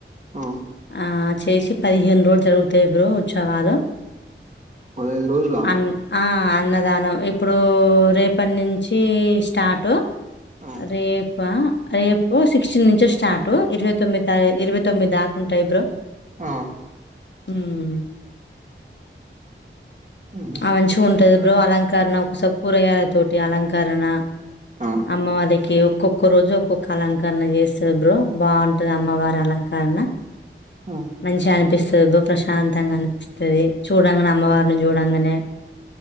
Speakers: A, on the right; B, on the left.
A: ఆ
B: ఆ చేసి పదిహేను రోజులు జరుగుతాయి బ్రో ఉత్సవాలు
A: పదహైదు రోజులా
B: అన్ ఆ అన్నదానం ఇప్పుడు రేపటి నుంచి స్టాటు
A: ఆ
B: రేపా రేపు సిక్స్టీన్ నుంచి స్టాటు ఇరవై తొమ్మిది తారీఖ ఇరవై తొమ్మిద్దాకుంటాయి బ్రో
A: ఆ
B: మ్మ్
A: మ్మ్
B: మంచిగుంటది బ్రో అలంకరణ ఒకసారి కూరగాయల తోటి అలంకరణ
A: ఆ
B: అమ్మవారికి కి ఒక్కొక్క రోజు ఒక్కొక్క అలంకరణ చేస్తంది బ్రో బాగుంటది అమ్మవారి అలంకరణ
A: ఆ
B: మంచిగనిపిస్తది బ్రో ప్రశాంతంగా అనిపిస్తది చూడంగానే అమ్మవారిని చూడంగా అనే